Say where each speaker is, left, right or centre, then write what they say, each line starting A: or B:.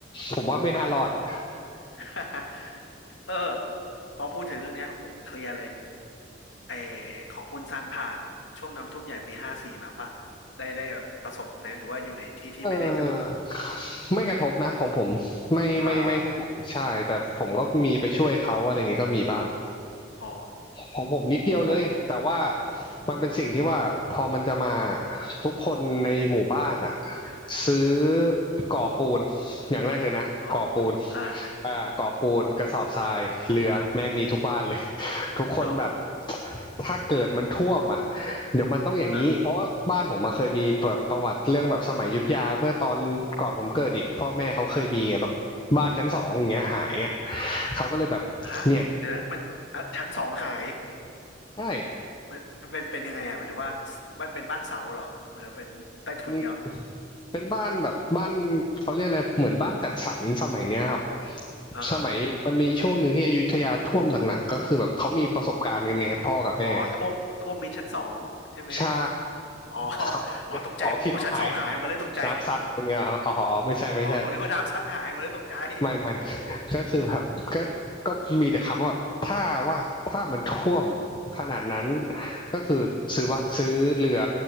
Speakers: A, on the left; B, on the left.
A: ผมว่าไม่น่ารอดอะ
B: <laughs> เออพอพูดถึงเรื่องเนี้ยผมเคลียร์เลยไอของคุณซันผ่านช่วงน้ำท่วมใหญ่ปีห้าสี่มาป่ะได้ได้แบบประสบไหมหรือว่าอยู่ในที่ที่ไม่ได้กระทบ
A: เออไม่กระทบนะของผมไม่ไม่ไม่เท่าไหร่ใช่แต่ผมก็มีไปช่วยเขาอะไรอย่างเงี้ยก็มีบ้าง
B: ลาอ๋อ
A: ของผมนิดเดียวเลยแต่ว่า
B: ของ
A: มันเป็นสิ่งที่ว่าพอมันจะมาทุกคนในหมู่บ้านอะซื้อก่อปูนอย่างแรกเลยนะก่อปูน
B: ข้อมูลอ่า
A: อ่ะก่อปูนกระสอบทรายเรือแม่งมีทุกบ้านเลย <laughs> ทุกคนแบบ
B: โอ้
A: ถ้าเกิดมันท่วมอ่ะเดี๋ยวมันต้องอย่างนี้เพราะว่าบ้านผมมาเคยมีแบบประวัติเรื่องแบบสมัยอยุธยาเมื่อตอนก่อนผมเกิดอีกพ่อแม่เขาเคยมีไงแบบบ้านชั้นสองอย่างเงี้ยหายอ่ะ
B: อ่า
A: เขาก็เลยแบบเนี่ย
B: ฮะเดี๋ยวนะมันอ่ะชั้นสองหาย
A: ใช่
B: มันมันเป็นเป็นยังไงอ่ะหมายถึงว่ามันเป็นบ้านเสาเหรอหรือเป็นใต้ถุนเงี้ยเหรอ
A: เป็นเป็นบ้านแบบบ้านเขาเรียกอะไรเหมือนบ้านจัดสรรสมัยเนี้ยครับ
B: อ่าอ่าอา
A: สมัยมันมีช่วงหนึ่งที่อยุธยาท่วมหนักๆก็คือแบบเขามีประสบการณ์กันไงพ่อกับแม่
B: อ๋อท่วมท่วมมิดชั้นสองใช่ไหม
A: ใช่
B: อ๋อ
A: เขา
B: อ๋อตกใจโอ้ชั้นสองหายหมดเลยตกใจ
A: อ๋อคิดว่าหายหายแบบน้ำซัดอย่างเงี้ยเหรอครับอ๋อไม่ใช่ไม่ใช่
B: อ๋อผมนึกว่าน้ำซัดหายผมเลยตกใจ
A: ไม่ไม่ <laughs>
B: อ๋อ
A: ก็คือแบบก็ก็มีแต่คำว่าแบบถ้าว่าถ้ามันท่วมขนาดนั้นก็คือซื้อว่าซื้อเรือ